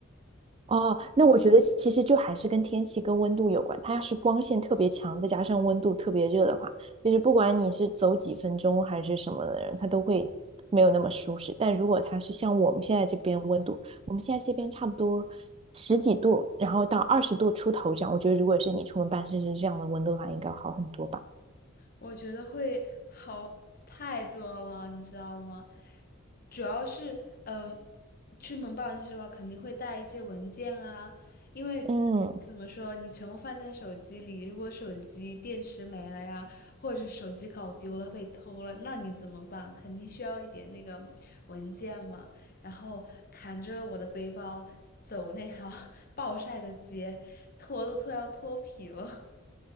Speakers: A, on the right; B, on the left.
A: 哦，那我觉得其实就还是跟天气跟温度有关。它要是光线特别强，再加上温度特别热的话，就是不管你是走几分钟还是什么的人，他都会没有那么舒适。但如果它是像我们现在这边温度，我们现在这边差不多十几度，然后到二十度出头这样，我觉得如果是你出门办事是这样的温度的话，应该好很多吧。
B: 我觉得会好太多了，你知道吗？主要是，嗯、出门办事吧？肯定会带一些文件啊，因为怎么说，
A: 嗯，
B: 你全部放在手机里，如果手机电池没了呀，或者是手机搞丢了、被偷了，那你怎么办？肯定需要一点那个文件嘛。然后扛着我的背包走那条 <laughs> 暴晒的街，脱都脱要脱皮了。